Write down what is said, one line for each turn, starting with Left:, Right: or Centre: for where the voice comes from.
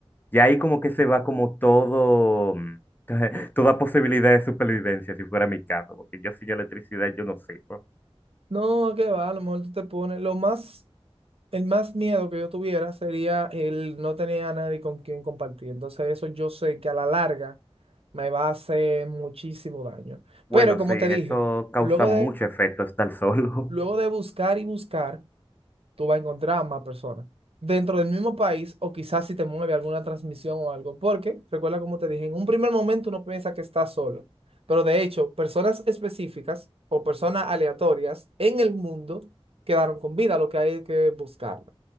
Left: ya ahí como que se va como todo, mm, <laughs> toda posibilidad de supervivencia, si fuera mi caso, porque yo sin electricidad yo no sirvo.
Right: No, que va, a lo mejor tú te pones, lo más, el más miedo que yo tuviera sería el no tener a nadie con quien compartir. Entonces eso yo sé que a la larga me va a hacer muchísimo daño.
Left: Bueno,
Right: Pero como
Left: sí, eso
Right: te dije,
Left: causa
Right: luego
Left: mucho
Right: de,
Left: efecto estar solo.
Right: luego
Left: <laughs>
Right: de buscar y buscar, tú vas a encontrar a más personas. Dentro del mismo país, o quizás si te mueve alguna transmisión o algo, porque recuerda como te dije, en un primer momento uno piensa que está solo, pero de hecho, personas específicas o personas aleatorias en el mundo quedaron con vida, lo que hay que buscarla.